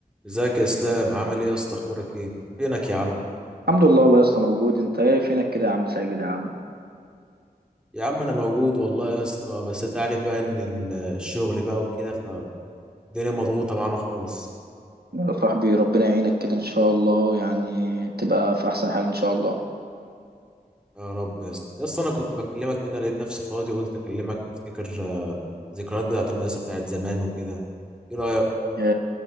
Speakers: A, in the centre; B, on the right.
A: ازيك يا اسلام عامل ايه يا اسطى اخبارك ايه فينك يا عم
B: الحمد لله والله يا اسطى موجود انت ايه فينك كده يا عم ساجد يا عم
A: يا عم انا موجود والله يا اسطى بس انت عارف بقى ان ال- الشغل بقى وكده فالدنيا مضغوطه معانا خالص
B: يا صاحبي ربنا يعينك كده ان شاء الله ويعني تبقى في احسن حال ان شاء الله
A: يا رب يا اسطى يا اسطى انا كنت بكلمك كده لقيت نفسي فاضي قلت اكلمك نفتكر آه، ذكريات بتاعت المدرسه بتاعت زمان وكده ايه رايك
B: يا